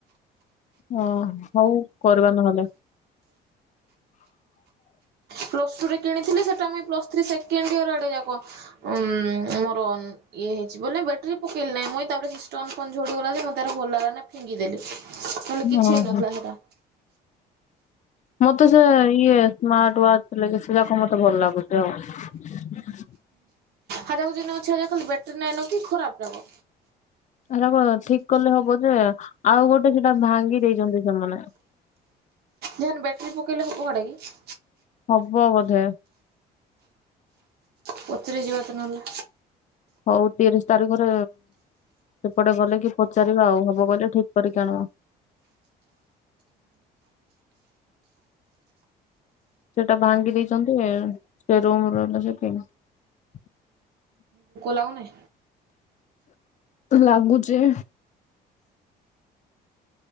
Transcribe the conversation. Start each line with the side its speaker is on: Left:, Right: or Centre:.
Left: ଅଁ ହୋଉ କରିବା ନହେଲେ।
Right: ପ୍ଲସ ଟୁ ରେ କିଣିଥିଲି ସେଟା ମୁଇଁ ପ୍ଲସ୍ ଥ୍ରି ସେକେଣ୍ଡ ଇୟର୍ ଆଡେ ଯାକ ଉମ୍ ମୋର ଇଏ ହେଇଚି ବୋଲି ବେଟ୍ରି ପକେଇଲି ନାଇଁ ମୁଇଁ ତାପରେ ସି ଷ୍ଟୋନ୍ ଫୋନ୍ ଝଡି ଗଲା ଯେ ମତେ ଆର୍ ଭଲ ଲାଗଲା ନାଇଁ ଫିଙ୍ଗିଦେଲି ନହଲେ କିଛି
Left: ଓହୋ
Right: ହେଇନଥିଲା ହେଟା।
Left: ମତେ ସେ ଇଏ ସ୍ମାର୍ଟ ୱାଚ ଲେଖିଥିଲା ତ ମତେ ଭଲ ଲାଗୁଛି ଆଉ।
Right: ହଜାହୁଜି ନ ଅଛି ହେଲେ ଖାଲି ବ୍ୟାଟ୍ରି ନାଇନ କି ଖରାପରା ଗୋ?
Left: ଏରାକ ଠିକ କଲେ ହବ ଯେ ଆଉ ଗୋଟେ ସେଟା ଭାଙ୍ଗି ଦେଇଛନ୍ତି ସେମାନେ
Right: ଯେ ହାନ ବ୍ୟାଟରି ପକେଇଲେ ହେବ କାଡ଼ା କି?
Left: ହବ ବୋଧେ।
Right: ପଚରେଇ ଯିବା ତ ନହେଲେ।
Left: ହଉ ତିରିଶ ତାରିଖରେ ସେପଟେ ଗଲେ କି ପଚାରିବା ଆଉ ହବ ଗଲେ ଠିକ କରିକି ଆଣିବା। ସେଟା ଭାଙ୍ଗି ଦେଇଛନ୍ତି ସେ ରୁମର <unintelligible>
Right: <inaudible> ଲାଗୁନାଇ।
Left: ଲାଗୁଚି।